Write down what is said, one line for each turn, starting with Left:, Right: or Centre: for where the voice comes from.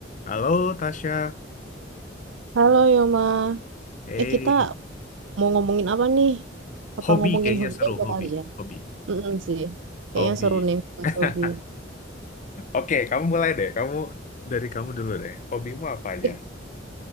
Left: Halo Tasya,
Right: Halo Yoma,
Left: eh
Right: eh kita mau ngomongin apa nih? Apa
Left: hobi
Right: ngomongin
Left: kayaknya
Right: hobi
Left: seru
Right: aja
Left: hobi,
Right: kali ya?
Left: hobi,
Right: Mm sih, kayaknya
Left: hobi.
Right: seru nih bahas
Left: <laughs>
Right: hobi.
Left: Oke, kamu mulai deh. Kamu dari kamu dulu deh. Hobimu apa aja?
Right: Eh,